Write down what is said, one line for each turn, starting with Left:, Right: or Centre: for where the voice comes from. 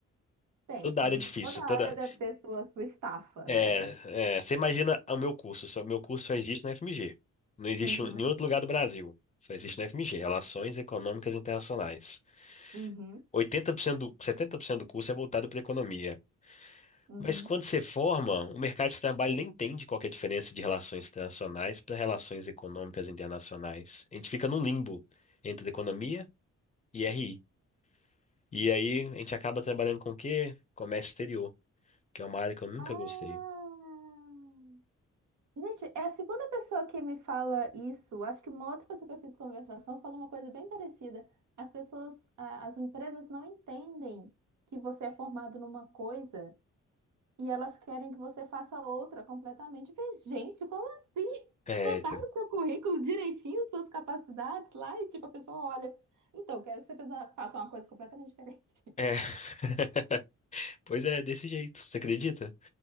Right: Tem,
Left: toda
Right: tem.
Left: área é difícil,
Right: Toda área
Left: toda.
Right: deve ter sua, sua estafa ali.
Left: É, é, você imagina o meu curso, só, meu curso só existe na FMG. Não existe
Right: Uhum,
Left: em nenhum outro lugar do Brasil. Só existe na FMG, Relações Econômicas Internacionais.
Right: uhum,
Left: 80% do, 70% do curso é voltado para economia.
Right: uhum.
Left: Mas quando você forma, o mercado de trabalho nem entende qual que é a diferença de relações internacionais para relações econômicas internacionais. A gente fica num limbo entre economia e RI. E aí a gente acaba trabalhando com o quê? Comércio exterior, que é uma área que eu nunca
Right: Ah!
Left: gostei.
Right: Gente, é a segunda pessoa que me fala isso. Acho que uma outra pessoa que eu fiz conversação falou uma coisa bem parecida. As pessoas, a- as empresas não entendem que você é formado numa coisa e elas querem que você faça outra completamente. Eu falei, Gente, como assim?
Left: É,
Right: Não
Left: isso
Right: tá no seu currículo direitinho suas capacidades lá e tipo a pessoa olha. Então, quero que você faça faça uma coisa completamente diferente.
Left: é. <laughs> Pois é, desse jeito, você acredita?